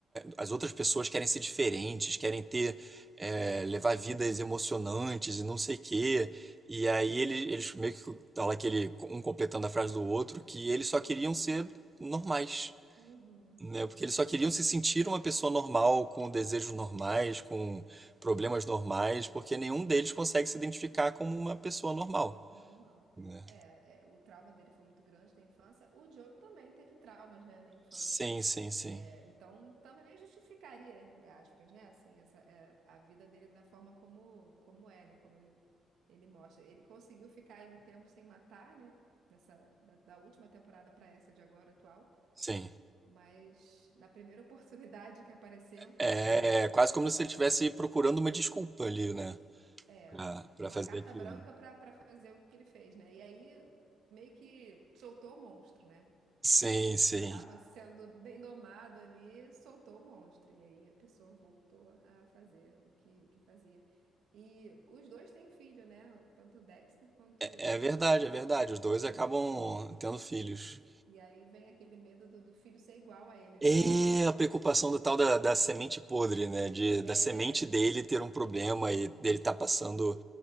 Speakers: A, on the right (about 20°); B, on the right (about 75°).
A: As outras pessoas querem ser diferentes, querem ter, é, levar vidas emocionantes e não sei o quê. E aí ele, eles meio que fala aquele, um completando a frase do outro, que eles só queriam ser normais,
B: Uhum.
A: né? Porque eles só queriam se sentir uma pessoa normal, com desejos normais, com problemas normais, porque nenhum
B: Sim.
A: deles consegue se identificar como uma pessoa normal,
B: Normal.
A: né?
B: É, é, o trauma dele foi muito grande na infância. O Joe também teve traumas, né, na infância.
A: Sim, sim, sim.
B: É, então, também justificaria, entre aspas, né, assim, essa, é, a vida dele da forma como, como é, né, como ele, ele mostra. Ele conseguiu ficar aí um tempo sem matar, né, dessa, da, da última temporada para essa de agora atual,
A: Sim.
B: mas na primeira <laughs> oportunidade que apareceu,
A: É
B: né,
A: é quase como se ele estivesse procurando uma desculpa ali, né?
B: é
A: pra, pra
B: uma
A: fazer
B: carta
A: aquilo.
B: branca
A: né?
B: para para fazer o que ele fez, né, e aí meio que soltou o monstro, né?
A: Sim,
B: porque
A: sim.
B: estava sendo bem domado ali, soltou o monstro. E aí a pessoa voltou a fazer o que, o que fazia. E os dois têm filho, né? Tanto o Dexter quanto
A: É verdade,
B: o
A: é verdade.
B: Joe,
A: Os dois
B: os
A: acabam
B: dois têm filho.
A: tendo filhos.
B: E aí vem aquele medo do, do filho ser igual a ele, né?
A: É a preocupação do tal da, da semente podre, né? De,
B: É,
A: da semente dele ter um problema e dele tá passando